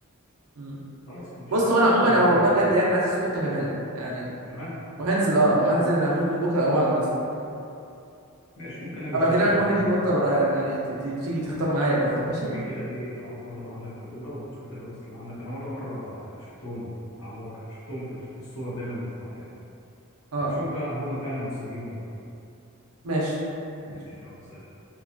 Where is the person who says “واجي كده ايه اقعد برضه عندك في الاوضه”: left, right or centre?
Left